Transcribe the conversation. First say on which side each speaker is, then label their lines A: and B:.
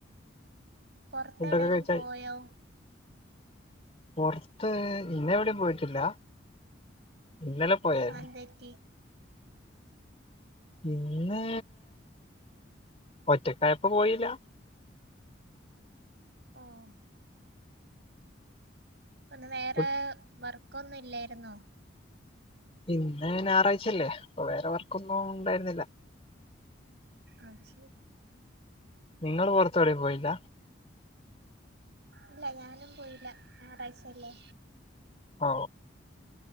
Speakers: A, on the right (about 60°); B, on the left (about 30°).
A: പുറത്തെ
B: ഫുഡൊക്കെ
A: എവിടെലും
B: കഴിച്ചാ
A: പോയോ
B: പൊർത്ത് ഇന്നവിടിം പോയിട്ടില്ല ഇന്നലെ പോയായിരുന്നു
A: അന്തെറ്റി
B: ഇന്ന് ഒറ്റക്കായപ്പ പോയീല
A: ഒ ഓ പ്പ ഇന്ന് വേറെ
B: ഫു-
A: വർക്കൊന്നു ഇല്ലായിരുന്നോ
B: ഇന്ന് ഞാറാഴ്ചയല്ലേ അപ്പൊ വേറെ വർക്കൊന്നും ഉണ്ടായിരുന്നില്ല.
A: അത് ശരി.
B: നിങ്ങള് പൊറത്തവിടെം പോയില്ല
A: ഇല്ല ഞാനും പോയില്ല ഞാറാഴ്ചല്ലേ
B: ഓ